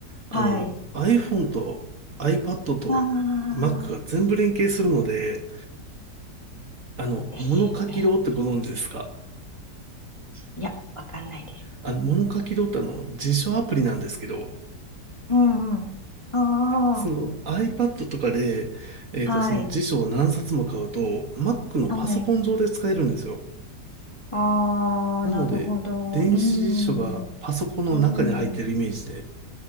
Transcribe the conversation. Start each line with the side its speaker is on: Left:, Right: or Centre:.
Right: あの、
Left: はい。
Right: iPhone と iPad と
Left: ああ、
Right: Mac が全部連携するので、あの、
Left: ですよね。
Right: 物書き堂ってご存知ですか
Left: いや、わかんないです。
Right: あの、物書きドタの辞書アプリなんですけど、
Left: うんうん。あ
Right: その iPad とかで、えっと、
Left: あ、はい、
Right: その辞書を何冊も買うと、Mac のパソコン上で使えるんですよ。
Left: はい。ああ、
Right: なので、
Left: なるほど。
Right: 電子辞書がパソコンの中に入ってるイメージで、
Left: うん、うん。